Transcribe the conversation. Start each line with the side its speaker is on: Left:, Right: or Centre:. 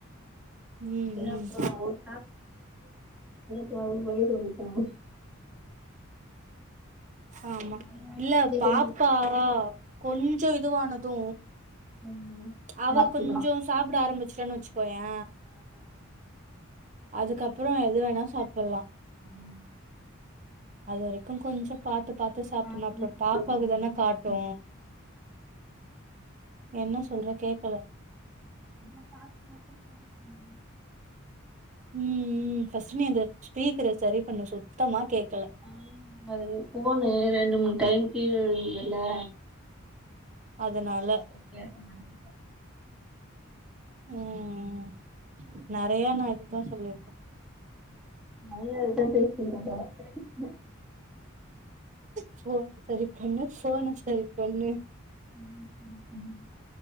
Right: ம்
Centre: எனக்கு
Right: ம்
Centre: அவுங்க சாப்புடும் போது <unintelligible>
Right: ஆமா
Centre: அதனால
Right: இல்ல
Centre: கொஞ்சமா
Right: பாப்பா கொஞ்சோ இதுவானது
Centre: ம்
Right: அவ
Centre: சாப்ட்டுக்கலா
Right: கொஞ்சோ சாப்பிட ஆரம்பிச்சிட்டான்னு வச்சுக்கோயே அதுக்கப்புறோ எது வேணா சாப்புல்லா
Centre: ம்
Right: அது வரைக்கு கொஞ்சம் பாத்து பாத்து சாப்புன்ணு
Centre: பாத்து
Right: அப்புறோ
Centre: சாப்புட்ணு
Right: பாப்பாக்கு தான
Centre: என்ன
Right: காட்டு
Centre: பண்றதுன்னா
Right: என்ன சொல்ற கேட்கல
Centre: உன்ன பாத்து பாத்து <inaudible>
Right: ம் ம் ஃபஸ்ட்டு நீ அந்த ஸ்பீக்கர சரி பண்ணு சுத்தமா கேட்கல
Centre: ம் அது ஃபோனு ரெண்டு மூணு டைம் கீழ விழுந்ததுல்ல
Right: அதனால
Centre: கேக்க மாட்டே
Right: ம் ம் நறைய நா இதுதா சொல்லிருக்கே
Centre: நறையா இததா பேசிக்கிறேன்றாங்க
Right: ஃபோன சரி பண்ணு ஃபோன சரி பண்ணு
Centre: ம் ம் ம்